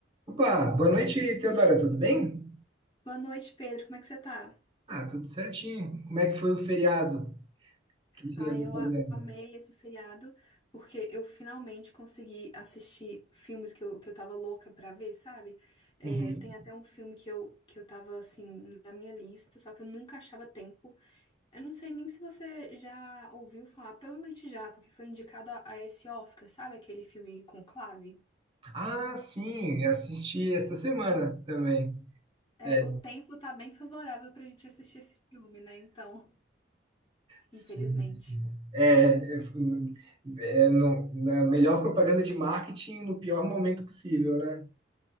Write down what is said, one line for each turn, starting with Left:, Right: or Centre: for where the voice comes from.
Right: Opa, boa noite, Teodora, tudo bem?
Left: Boa noite, Pedro. Como é que você tá?
Right: Ah, tudo certinho. Como é que foi o feriado? O que que
Left: Ah,
Right: andou
Left: eu
Right: fazendo?
Left: amei esse feriado porque eu finalmente consegui assistir filmes que eu, que eu tava louca pra ver, sabe? É,
Right: Uhum.
Left: tem até um filme que eu, que eu tava, assim, na minha lista, só que eu nunca achava tempo. Eu não sei nem se você já ouviu falar, provavelmente já, porque foi indicada a esse Oscar, sabe? Aquele filme Conclave.
Right: Ah, sim, eu assisti esta semana também.
Left: É,
Right: É,
Left: o tempo tá bem favorável pra gente assistir esse filme, né? Então,
Right: Sim.
Left: infelizmente.
Right: É, eu fui- é no- na melhor propaganda de marketing no pior momento possível, né?